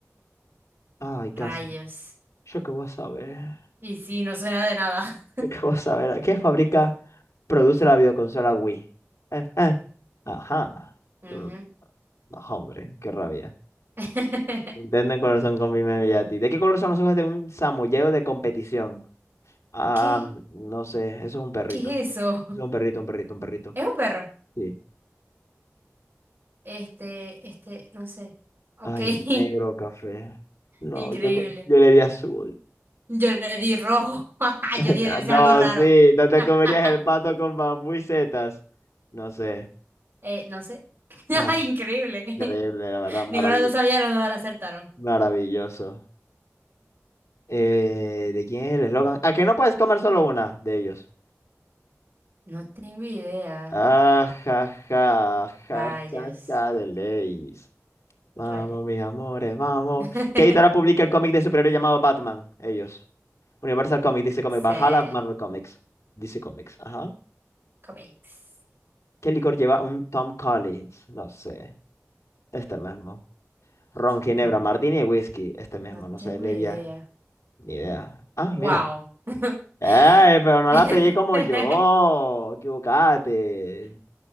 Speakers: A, on the left (about 80°); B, on the right (about 50°).
A: Ay, caso.
B: Rayos.
A: Yo qué voy a saber.
B: Y sí, no suena de nada.
A: Yo qué voy a saber. ¿Qué fabrica, produce la videoconsola Wii? Eh, eh. Ajá.
B: Ujú.
A: Mm, No, hombre, qué rabia.
B: <laughs>
A: Intenten color son con Bimini Yati. ¿De qué color son los ojos de un samoyedo de competición? Ah,
B: ¿Qué?
A: no sé. Eso es un perrito.
B: ¿Qué es eso? <laughs>
A: Eso es un perrito, un perrito, un perrito.
B: ¿Es un perro?
A: Sí.
B: Este, este, no sé. Ok,
A: Ay,
B: <laughs>
A: negro, café. No,
B: increíble.
A: yo le, yo le di azul.
B: Yo le di rojo. <laughs>
A: <laughs>
B: Yo dije, debe ser
A: No,
B: algo raro.
A: sí. ¿Dónde
B: <laughs>
A: comerías el pato con bambú y setas? No sé.
B: Eh, no sé. <laughs>
A: Ah,
B: Ay, Increíble.
A: Increíble,
B: <laughs>
A: la verdad, maravi-
B: Ninguno de los dos sabía, los dos acertaron.
A: maravilloso. Eh, ¿de quién es el eslogan? ¿A que no puedes comer solo una de ellos?
B: No tengo idea.
A: Ah, ja, ja, ja,
B: Rayos,
A: ja, ja, de leyes. Vamos,
B: rayos.
A: mis amores, vamos.
B: <laughs>
A: ¿Qué editora publica el cómic de superhéroe llamado Batman? Ellos. Universal Comics, DC Comics,
B: Se
A: Valhalla, Marvel Comics. DC Comics, ajá.
B: comics.
A: ¿Qué licor lleva un Tom Collins? No sé, este mismo. Ron, Ginebra,
B: No,
A: Martini y Whisky, este mismo,
B: no tengo
A: no sé, Ledia,
B: idea.
A: ni idea. Ah,
B: Wow.
A: mira.
B: <laughs>
A: Ay, pero no la pedí como yo. Equivocate.